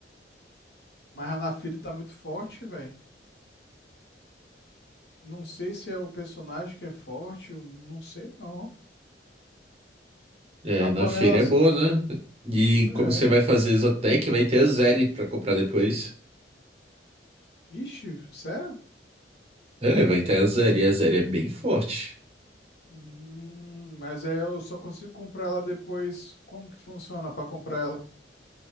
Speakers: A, on the left; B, on the right.
A: Mas a Naafiri tá muito forte, velho. Não sei se é o personagem que é forte, eu não sei não.
B: é,
A: A panela.
B: na feira é
A: só-
B: boa, né? E
A: É.
B: como você vai fazer Exotec, vai ter a Zeri pra comprar depois.
A: Ixi, sério?
B: É, vai ter a Zeri. A Zeri é bem forte.
A: Hum, mas aí eu só consigo comprar ela depois. Como que funciona para comprar ela?